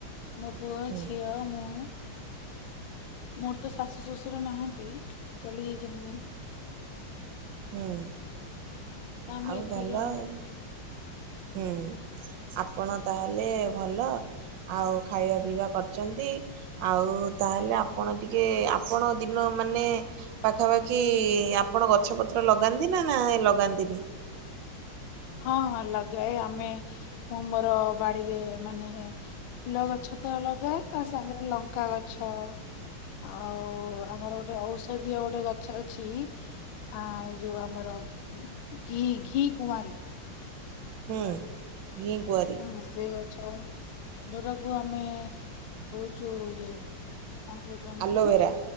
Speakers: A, on the left; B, on the right.
A: ମୋ ପୁଅ
B: ହୁଁ
A: ଝିଅ ମୁଁ ମୋର ତ ଶାଶୁ ଶ୍ୱଶୁର ନାହାନ୍ତି ଚାଲି ଯାଇଛନ୍ତି ଦେନ୍
B: ହୁଁ।
A: ତ ଆମେ
B: ଆଉ
A: ଏତିକି
B: ଭଲ
A: ଜଣ
B: ଆଉ।
A: ରୋହୁଛୁ।
B: ହୁଁ ଆପଣ ତାହେଲେ ଭଲ। ଆଉ ଖାଇବା ପିଇବା କରିଚନ୍ତି ଆଉ ତାହେଲେ ଆପଣ ଟିକେ ଆପଣ ଦିନ ମାନେ ପାଖାପାଖି ଆପଣ ଗଛ ପତ୍ର ଲଗାନ୍ତି ନା ନା ଲଗାନ୍ତିନି।
A: ହଁ ହଁ ଲଗାଏ ଆମେ ମୁଁ ମୋର ବାଡିରେ ମାନେ ଫୁଲ ଗଛ ତ ଲଗାଏ ତା ସାଙ୍ଗରେ ଲଙ୍କା ଗଛ ଆଉ ଆମର ଗୋଟେ ଔଷଧୀୟ ଗୋଟେ ଗଛ ଅଛି ଆ ଏଇ ଯୋଉ ଆମର ଘି ଘି କୁଆଁରୀ।
B: ହୁଁ। ଘିକୁଆଁରି
A: ହୁଁ ସେଇ ଗଛ। ଯୋଉଟାକୁ ଆମେ କହୁଛୁ ଇଏ କଣ କହୁଚୁ ଆମେ
B: ଆଲୋଭେରା
A: ତାକୁ